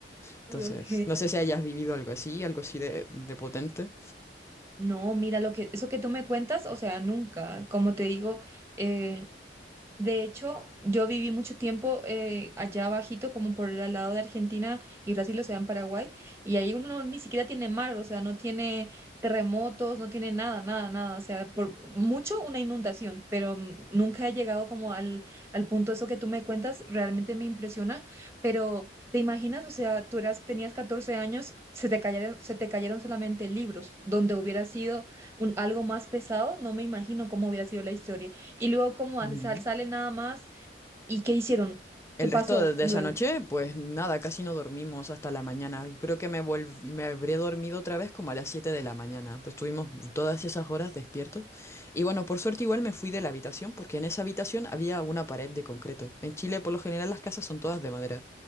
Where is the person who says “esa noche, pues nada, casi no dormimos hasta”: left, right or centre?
Left